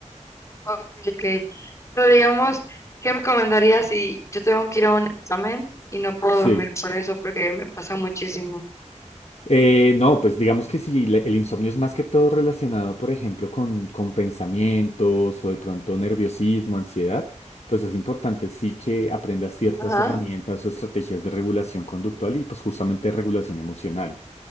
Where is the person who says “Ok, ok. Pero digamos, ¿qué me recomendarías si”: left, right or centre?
Left